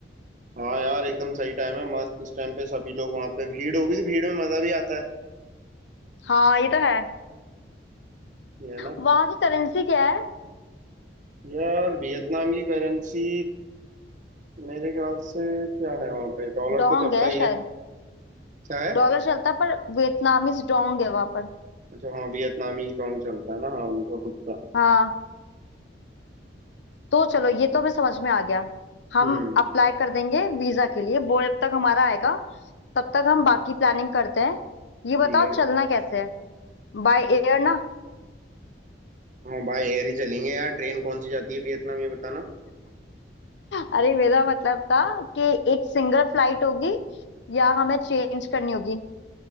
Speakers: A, on the right; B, on the left.
A: हाँ यार एकदम सही टाइम है मस्त इस टाइम पे सभी लोग वहां पे भीड़ होगी तो भीड़ में मजा भी आता है
B: हाँ ये तो है
A: ये है ना
B: वहां की करेंसी क्या है
A: यार वियतनाम की करेंसी मेरे ख्याल से क्या है वहाँ पे डॉलर
B: डोंग
A: तो चलता
B: है
A: ही
B: शायद
A: है क्या है
B: डॉलर चलता है पर वियतनामीज डोंग है वहां पर
A: अच्छा हाँ वियतनामीज डोंग चलता है ना हाँ उनका खुद का
B: हाँ तो चलो ये तो हमें समझ में आ गया हम
A: हम्म
B: अप्लाई कर देंगे वीजा के लिए वो जब तक हमारा आएगा तब तक हम बाकी प्लानिंग करते हैं ये बताओ
A: ठीक है
B: चलना कैसे है बाय एयर ना
A: हाँ भाई एयर ही चलेंगे यार ट्रेन कौन सी जाती है वियतनाम ये बताना
B: अरे मेरा मतलब था कि एक सिंगल फ्लाइट होगी या हमें चेंज करनी होगी